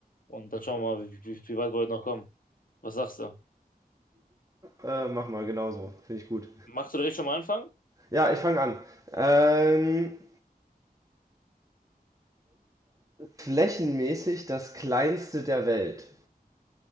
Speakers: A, on the left; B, on the right.
A: und dann schauen wir mal, wie, wie, wie weit wir heute noch kommen. Was sagst du?
B: Äh, mach mal genauso, finde ich gut.
A: Magst du direkt schon mal anfangen?
B: Ja, ich fange an. Ähm, flächenmäßig das kleinste der Welt.